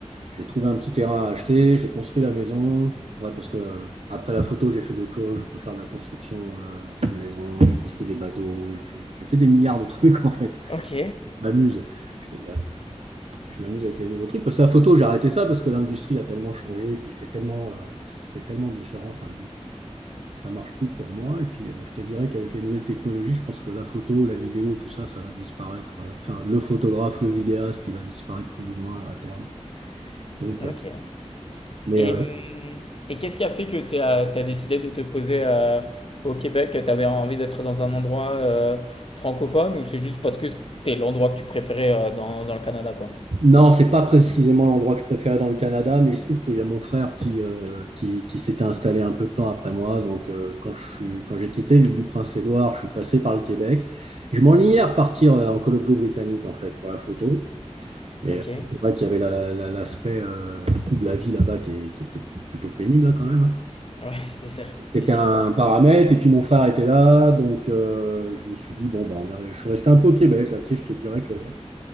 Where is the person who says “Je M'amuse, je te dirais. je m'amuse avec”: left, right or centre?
Right